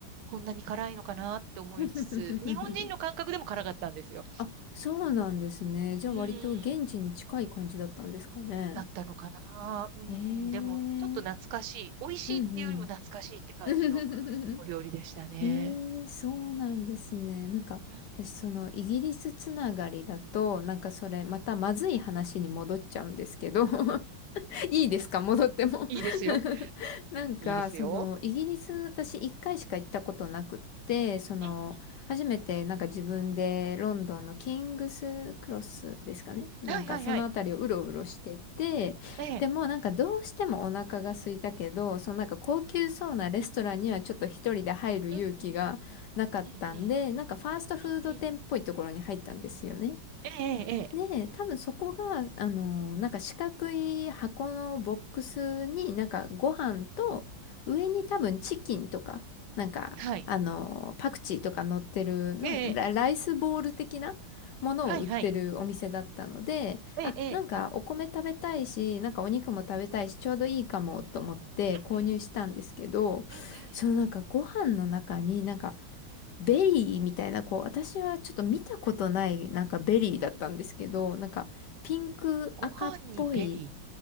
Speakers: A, on the right; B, on the left.
A: こんなに辛いのかなって思いつつ、
B: <laughs>
A: 日本人の感覚でも辛かったんですよ。
B: あ、そうなんですね。じゃあ割と現地に近い感じだったんですかね。
A: うん。だったのかな。うん、
B: ええー
A: でも、ちょっと懐かしい。美味しいっていうよりも懐かしいって感じの
B: うんうん。<laughs>
A: お料理でしたね。
B: ええそうなんですね。なんか、
A: うん。
B: 私そのイギリスつながりだと、
A: うん。
B: なんかそれまたまずい話に戻っちゃうんですけど <laughs> <laughs> いいですか戻っても
A: いいですよ。
B: <laughs> なんか、
A: いいですよ。
B: その、イギリス、私一回しか行ったことなくって、その、
A: うん。
B: 初めてなんか自分でロンドンのキングスクロスですかねなんかそのあたりをうろうろしてて、
A: はいはいはい。ええ。
B: でもなんかどうしてもお腹が空いたけど、そのなんか高級そうなレストランにはちょっと一人で入る勇気がなかったんで、
A: うん。うんうん。うんうん。
B: なんかファーストフード店っぽいところに入ったんですよね。
A: うんうん。ええええええ。
B: で、多分そこが、あのなんか四角い箱のボックスになんかご飯と、上に多分チキンとか、なんか、
A: はい。
B: あのパクチーとか乗ってるなんラ、
A: ええええ。
B: ライスボール的なものを売ってるお店だったので、
A: はいはい。ええええ。
B: あ、なんかお米食べたいし、なんかお肉も食べたいし、ちょうどいいかもと思って購入したんですけど、
A: うんうん。うんうん。
B: そのなんかご飯の中になんか
A: うん
B: ベリーみたいな、こう、私はちょっと見たことない、なんかベリーだったんですけど、
A: うん。
B: なんかピンク赤っぽい、
A: ご飯にベリ